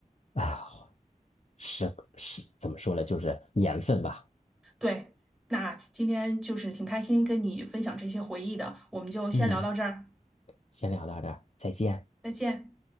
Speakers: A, on the left; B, in the centre.
A: 啊，是是怎么说呢？就是年份吧。
B: 对。那今天就是挺开心跟你分享这些回忆的，我们就先聊到这儿，
A: 嗯，先聊到这儿，再见。
B: 再见。